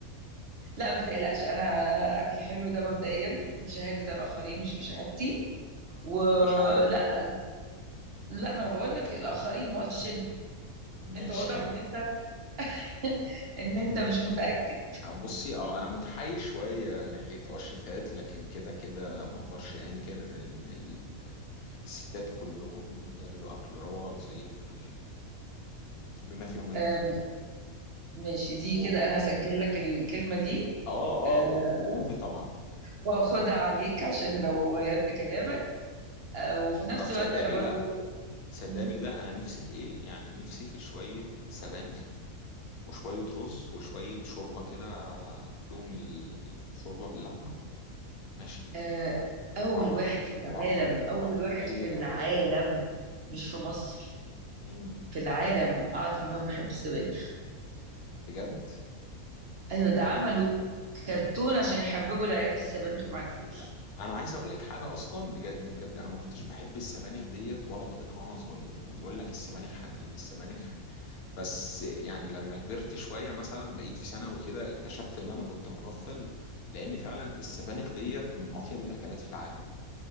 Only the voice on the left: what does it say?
يا باشا عارف والله
ماشي
<laughs> بصي اه انا متحيز شويه ناحيه اه الشيفات لكن كده كده ما اقدرش انكر ان ال- الستات كلهم بيعملوا اكل روعه وزي الفل بما فيهم انت
و...
اه
اه و... وامي طبعا
طب تصدق
بالله
تصدق
بالله انا نفسي في ايه يعني نفسي في شويه سبانخ وشوية رز وشوية شوربة كده فيهم الشوربة باللحمة ماشي
وأقعد
وأقعد على
الطبلية
جنبهم
مم.
بجد
لا أنا عايز أقول لك حاجة أصلا بجد بجد أنا ما كنتش بحب السبانخ ديت ولا بطيقها وأنا صغير ويقول لك السبانخ حديد السبانخ <laughs> بس يعني لما كبرت شوية مثلا بقيت في ثانوي كده اكتشفت إن أنا كنت مغفل لأن فعلا السبانخ ديت من أطيب الأكلات في العالم